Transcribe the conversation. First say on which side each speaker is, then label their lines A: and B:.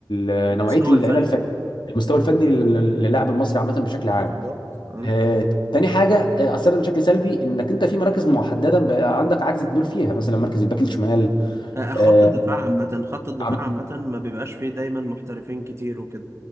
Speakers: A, on the left; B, on the right.
A: ال-
B: المستوى
A: نوعيه اللعيبه
B: الفني
A: الفنيه المستوى الفني لل- للاعب المصري عامه بشكل عام
B: بالظبط اه
A: آه، تاني حاجة آه، أثرت بشكل سلبي إنك أنت في مراكز محددة بقى عندك عجز كبير فيها مثلا مركز الباك الشمال
B: آه، خط
A: آه،
B: الدفاع عامة خط الدفاع
A: عم-
B: عامة ما بيبقاش فيه دايما محترفين كتير وكده